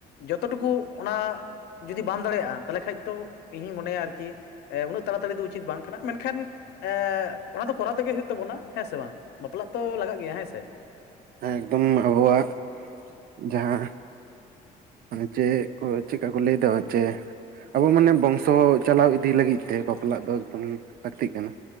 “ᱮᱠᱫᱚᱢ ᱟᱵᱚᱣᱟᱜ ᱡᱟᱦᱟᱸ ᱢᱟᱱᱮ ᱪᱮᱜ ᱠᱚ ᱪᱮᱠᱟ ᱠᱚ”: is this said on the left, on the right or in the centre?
Right